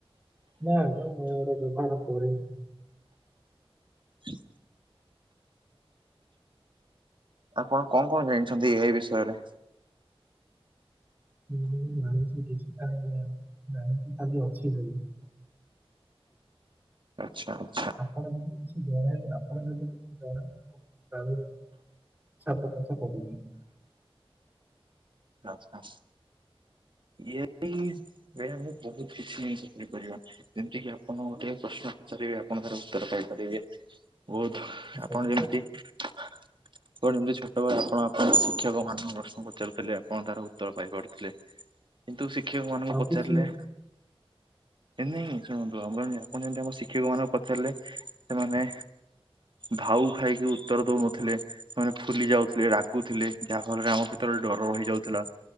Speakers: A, on the right (about 20°); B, on the right (about 55°).
A: ନାଇଁ ଆଜ୍ଞା ମୁଁ ମୋର ବ୍ୟବହାର କରେନି।
B: ହ <inaudible> ଆପଣ କଣ କଣ ଜାଣିଛନ୍ତି ଏ ଆଇ ବିଷୟରେ?
A: <unintelligible> ଅଛି ବୋଲି।
B: ଆଚ୍ଛା।
A: ଆପଣ <unintelligible> <unintelligible>
B: ଆଚ୍ଛା। ଇଏ <unintelligible> ବହୁତ କିଛି <unintelligible> କରିବା ପାଇଁ। ଯେମିତି କିି ଆପଣ ଗୋଟେ ପ୍ରଶ୍ନ ପଚାରିବେ ଆ, ପଣ ତାର ଉତ୍ତର କଇପାରିବେ? ବହୁତ୍
A: ସଠିକ
B: ଆପଣ ଯେମିତି କଣ ଯେମିତି ଛୋଟ ବେଳେ ଆପଣ ଶିକ୍ଷକ ମାନଙ୍କୁ ପ୍ରଶ୍ନ ପଚାରୁଥିଲେ, ଆପଣ ତାର ଉତ୍ତର ପାଇପାରୁଥିଲେ। କିନ୍ତୁ ଶିକ୍ଷକ ମାନଙ୍କୁ
A: ଆଉ
B: ପଚାରିଲେ
A: କିଛି
B: ଏ ନାଇଁ ଶୁଣନ୍ତୁ ଆମର ଆପଣ ଯେମିତି ଆମ ଶିକ୍ଷକ ମାନଙ୍କୁ ପଚାରିଲେ, ସେମାନେ ଭାଉ ଖାଇକି ଉତ୍ତର ଦଉନଥିଲେ, ମାନେ ଫୁଲି ଯାଉ ଥିଲେ, ରାଗୁଥିଲେ ଯାହାଫଳରେ ଆମ ଭିତରେ ଡର ରହିଯାଉଥିଲା।